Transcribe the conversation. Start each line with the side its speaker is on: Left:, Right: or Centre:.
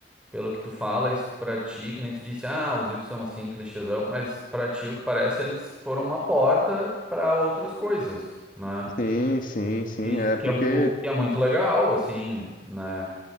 Centre: pelo que tu fala, isso pra ti, que nem tu disse, ah, os livros são assim, clichêzão, mas pra ti, o que parece, eles foram uma porta pra outras coisas, né?
Left: Sim, sim, sim.
Centre: Isso,
Left: É
Centre: o que
Left: porque
Centre: é, o que é muito legal, assim, né?